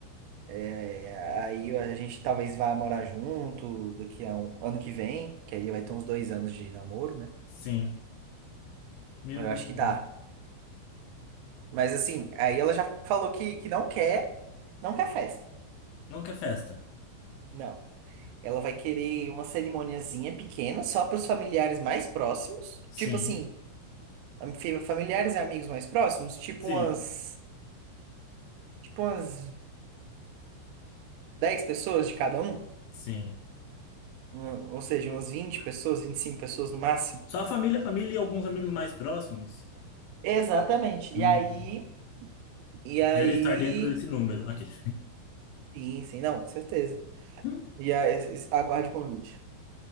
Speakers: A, on the right (about 85°); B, on the left (about 80°).
A: É, aí a gente talvez vá morar junto daqui a um ano que vem, que aí vai ter uns dois anos de namoro, né?
B: sim. Meu
A: Eu
B: Deus,
A: acho que dá.
B: né?
A: Mas assim, aí ela já falou que, que não quer, não quer festa.
B: não quer festa.
A: Não. Ela vai querer uma cerimoniazinha pequena, só para os familiares mais próximos.
B: Sim,
A: Tipo assim, Am- fi- Familiares e amigos mais próximos, tipo
B: sim,
A: umas, tipo umas 10 pessoas de cada um,
B: sim.
A: um, ou seja, umas 20 pessoas, 25 pessoas no máximo.
B: Só a família, a família e alguns amigos mais próximos.
A: Exatamente.
B: Hum.
A: E aí, e aí,
B: Era estar dentro desse número. Aquele.
A: sim, sim, não, com certeza.
B: <laughs>
A: E aí, es- es- aguarde o convite.